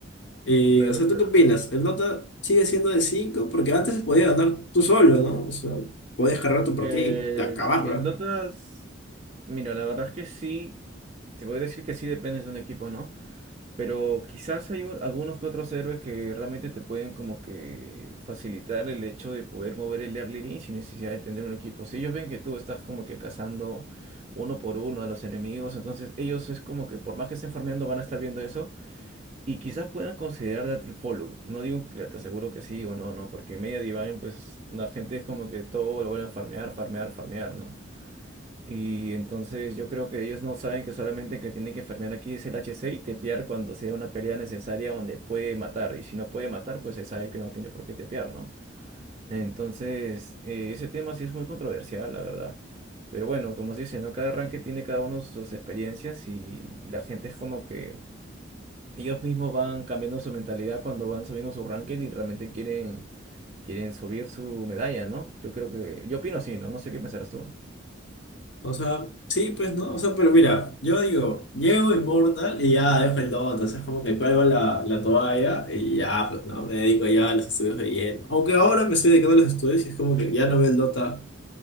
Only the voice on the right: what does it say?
Claro,
claro.
El,
el Dota, s- mira, la verdad es que sí, te podría decir que sí dependes de un equipo, ¿no? Pero quizás hay un- algunos que otros héroes que realmente te pueden como que facilitar el hecho de poder mover el early game sin necesidad de tener un equipo. Si ellos ven que tú estás como que cazando uno por uno a los enemigos, entonces ellos es como que por más que estén farmeando van a estar viendo eso y quizás puedan considerar darte el follow. No digo que te aseguro que sí o no, no, porque en media Divine pues la gente es como que todo lo vuelven a farmear, farmear, farmear, ¿no? Y entonces yo creo que ellos no saben que solamente que tienen que farmear aquí es el HC y tepear cuando sea una pelea necesaria donde puede matar. Y si no puede matar, pues se sabe que no tiene por qué tepear, ¿no? Entonces, eh, ese tema sí es muy controversial, la verdad. Pero bueno, como se dice, ¿no? Cada ranking tiene cada uno sus experiencias y la gente es como que ellos mismos van cambiando su mentalidad cuando van subiendo su ranking y realmente quieren, quieren subir su medalla, ¿no? Yo creo que, yo opino así, ¿no? No sé qué pensarás tú.